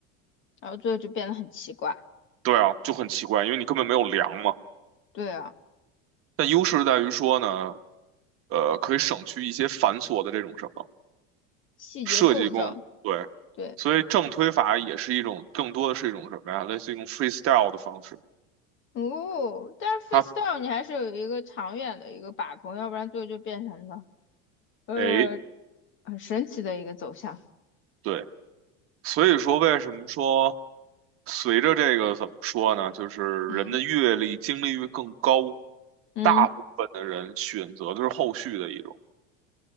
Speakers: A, on the left; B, on the right.
A: 然后最后就变得很奇怪。
B: 对啊，就很奇怪，因为你根本没有量嘛。
A: 对啊，
B: 但优势在于说呢，呃，可以省去一些繁琐的这种什么
A: 细节构造，
B: 设计工，对。
A: 对。
B: 所以正推法也是一种，更多的是一种什么呀？类似于一种 freestyle 的方式。
A: 哦，但是 freestyle
B: 它，
A: 你还是有一个长远的一个把控，要不然最后就变成了呃
B: 哎，
A: 很神奇的一个走向。
B: 对。所以说，为什么说随着这个怎么说呢？就是人的阅历、
A: 嗯
B: 经历越更高，
A: 嗯。
B: 大部分的人选择的是后续的一种。